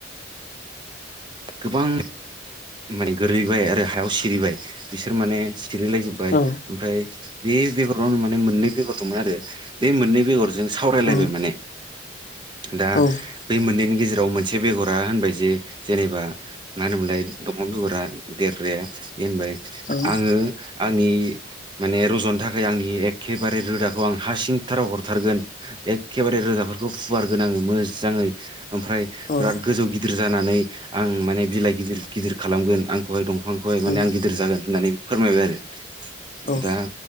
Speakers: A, on the right; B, on the left.
A: गोबां माने गोरलैबाय आरो हायाव सिरिबाय बिसोर माने सिरिलायजोब्बाय
B: औ
A: ओमफ्राय बे बेगरावनो माने मोननै बेगर दंमोन आरो बे मोननै बेगर जों सावरायलायबाय
B: औ
A: माने। दा
B: औ
A: बे मोननैनि गेजेराव मोनसे बेगरा होनबाय जे जेनेबा मा होनोमलाय दंफां बेगरा देरग्राया बे होनबाय
B: औ
A: आङो आंनि माने रज'नो थाखाय आंनि एखेबारे रोदाखौ आं हासिंथाराव हरथारगोन एग खेबारे रोदाफोरखौ फुवारगोन आङो मोजाङै ओमफ्राय
B: औ
A: बिराद गोजौ गिदिर जानानै आं माने बिलाइ गिदिर गिदिर खालामगोन आंखौहाय दंफांखौहाय
B: औ
A: माने आं गिदिर जागोन होननानै फोरमायबाय आरो
B: औ
A: दा